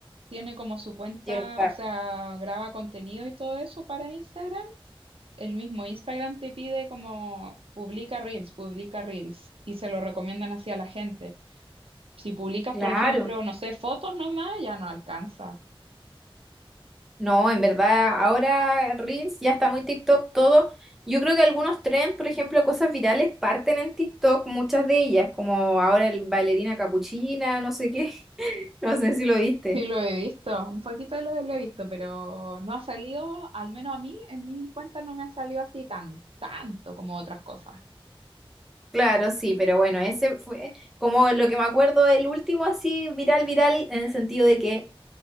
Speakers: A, on the right; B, in the centre.
A: tiene como su cuenta,
B: llega.
A: o sea, graba contenido y todo eso para Instagram. El mismo Instagram te pide como publica reels, publica reels y se lo recomiendan así a la gente. Si publicas,
B: Claro.
A: por ejemplo, no sé, fotos nomás, ya no alcanza.
B: No, en verdad, ahora Reels ya está muy TikTok todo. Yo creo que algunos trends, por ejemplo, cosas virales parten en TikTok, muchas de ellas, como ahora el bailarina capuchina, no sé qué, <laughs> no sé si lo viste.
A: Sí, lo he visto, un poquito de lo, lo he visto, pero no ha salido, al menos a mí, en mi cuenta no me ha salido así tan, tanto como otras cosas.
B: Claro, sí, pero bueno, ese fue como lo que me acuerdo, el último así viral, viral, en el sentido de que